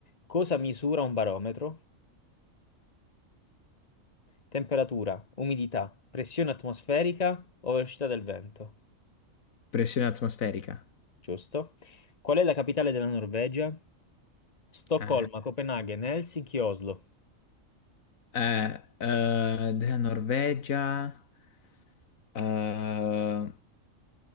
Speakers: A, on the left; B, on the left.
A: Cosa misura un barometro? Temperatura, umidità, pressione atmosferica o velocità del vento.
B: Pressione atmosferica.
A: Giusto? Qual è la capitale della Norvegia? Stoccolma,
B: Eh,
A: Copenaghen, Helsinki, Oslo.
B: eh, eh, della Norvegia. eh,